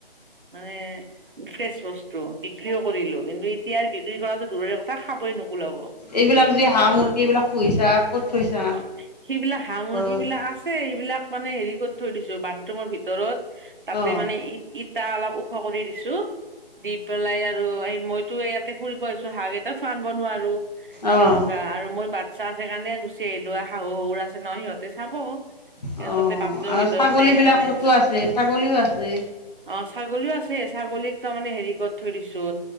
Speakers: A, on the right (about 55°); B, on the left (about 40°).
A: মানে ফ্ৰেচ বস্তু বিক্ৰীও কৰিলোঁ কিন্তু এতিয়া বিক্ৰী কৰাতো দূৰৰে কথা খাবই নোকোলাব।
B: এইবিলাক যে হাঁহ মুূৰ্গি এইবিলাক পুহিছা। কত থৈছা
A: অ সেইবিলাক হাঁহ মুৰ্গী
B: ঘৰত?
A: বিলাক আছে এইবিলাক মানে, হেৰি কৰি থৈ দিছোঁ বাথৰুমৰ ভিতৰত। তাতে
B: অ
A: মানে ই ইটা অলপ ওখ কৰি দিছোঁ। দি পেলাই আৰু, এই মইতো ইয়াতে ফুৰিব আহিছোঁ, হাঁহ কেইটা ফাৰ্মত ভৰাই থলো।
B: অ
A: এনেকুৱা
B: অ
A: আৰু মই বা বাচ্ছা আছে কাৰণে গুচি আহিলোঁ। আৰু শাহু শহুৰ আছে নহ সিহঁতে চাব।
B: অ',
A: তাতে বাথৰুমৰ
B: আৰু
A: ভিতৰতে
B: ছাগলী বিলাকতো
A: মানে।
B: আছে ছাগলীও আছে
A: অ ছাগলীও আছে। ছাগলীক তাৰমানে হেৰি কৰত থৈ দিছোঁ